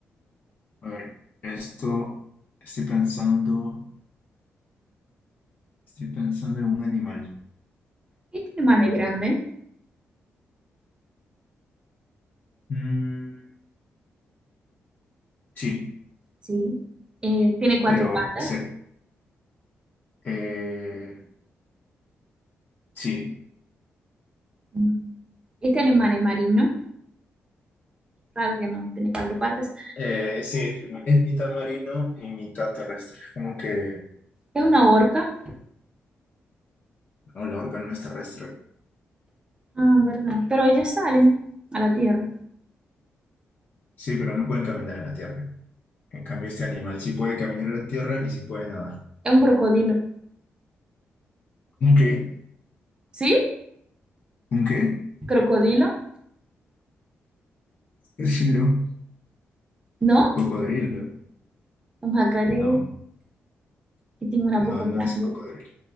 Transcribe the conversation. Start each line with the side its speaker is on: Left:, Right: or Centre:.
Left: A ver, esto, estoy pensando, estoy pensando en un animal.
Right: Este animal es grande,
Left: Mm, sí,
Right: sí. Eh, tiene cuatro
Left: pero,
Right: patas.
Left: se- eh, sí.
Right: Mm. Este animal es marino, claro que no, tiene cuatro patas.
Left: Eh, sí, es mitad marino y mitad terrestre. Como que,
Right: Es una orca,
Left: no, la orca no es terrestre.
Right: ah, verdad. Pero ellas salen a la tierra.
Left: Sí, pero no pueden caminar en la tierra. En cambio, este animal sí puede caminar en la tierra y sí puede nadar.
Right: Es un crocodilo.
Left: ¿Un qué?
Right: ¿Sí?
Left: ¿Un qué?
Right: ¿Crocodilo?
Left: <laughs> Decirlo.
Right: ¿No?
Left: Cocodrilo.
Right: Un jacaré.
Left: No.
Right: que tiene una
Left: No,
Right: boca
Left: no
Right: grande.
Left: es un cocodrilo.